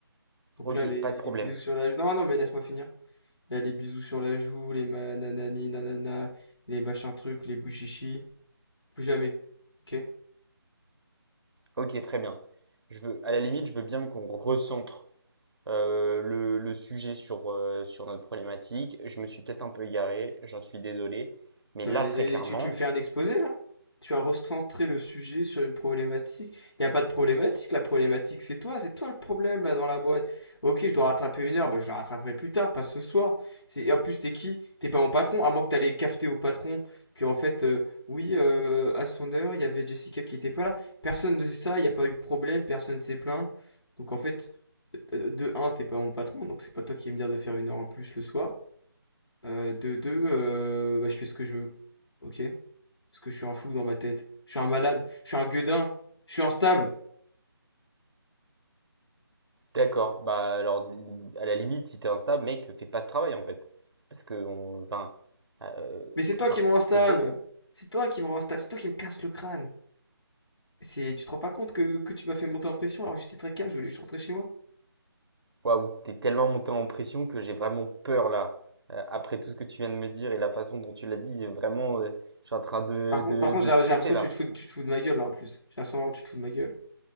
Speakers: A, on the left; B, on the right.
A: Donc
B: Ok,
A: là, les,
B: pas de problème.
A: les bisous sur la joue. Non, non, mais laisse-moi finir. Là, les bisous sur la joue, les ma- nanani nanana, les machins trucs, les bouchichis. Plus jamais. Ok?
B: Ok, très bien. Je veux, à la limite, je veux bien qu'on recentre euh, le, le sujet sur, euh, sur notre problématique. Je me suis peut-être un peu égaré, j'en suis désolé. Mais
A: Attends,
B: là,
A: mais
B: très clairement,
A: tu, tu me fais un exposé là? Tu as recentré le sujet sur une problématique. Il n'y a pas de problématique, la problématique c'est toi, c'est toi le problème là dans la boîte. Ok, je dois rattraper une heure, bah, je la rattraperai plus tard, pas ce soir. C'est... et En plus, t'es qui? T'es pas mon patron, à moins que t'allais cafeter au patron que en fait, euh, oui, euh, à son heure, il y avait Jessica qui était pas là. Personne ne sait ça, il n'y a pas eu de problème, personne s'est plaint. Donc en fait, euh, de un, t'es pas mon patron, donc c'est pas toi qui vas me dire de faire une heure en plus le soir. Euh, de deux, euh, bah, je fais ce que je veux. Ok? Parce que je suis un fou dans ma tête. Je suis un malade. Je suis un gueudin. Je suis instable.
B: d'accord. Bah alors, à la limite, si t'es instable, mec, fais pas ce travail en fait. Parce que, on- enfin, euh,
A: Mais c'est
B: t'es-
A: toi
B: enfin,
A: qui me rends
B: t'es
A: instable.
B: t'es bête.
A: C'est toi qui me rends instable. C'est toi qui me casse le crâne. C'est, tu te rends pas compte que, que tu m'as fait monter en pression alors que j'étais très calme. Je voulais juste rentrer chez moi.
B: Waouh, t'es tellement monté en pression que j'ai vraiment peur là. Euh, après tout ce que tu viens de me dire et la façon dont tu l'as dit, j'ai vraiment, euh, je suis en train de,
A: Par contre,
B: de,
A: par contre,
B: de
A: j'ai
B: stresser
A: j'ai l'impression
B: là.
A: que tu te fous, tu te fous de ma gueule là en plus. J'ai l'impression vraiment que tu te fous de ma gueule.